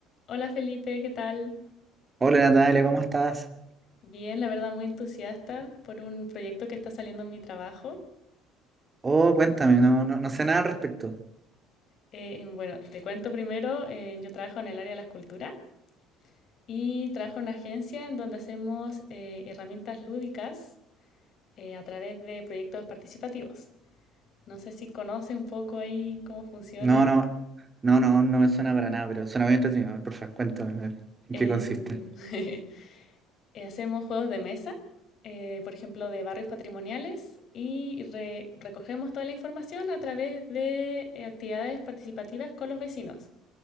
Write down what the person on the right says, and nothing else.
Hola Natalia, ¿cómo estás?
Oh, cuéntame, no, no, no sé nada al respecto.
No, no, no, no, no me suena para nada, pero suena muy entretenido. A ver, porfa, cuéntame, a ver, ¿en
qué consiste?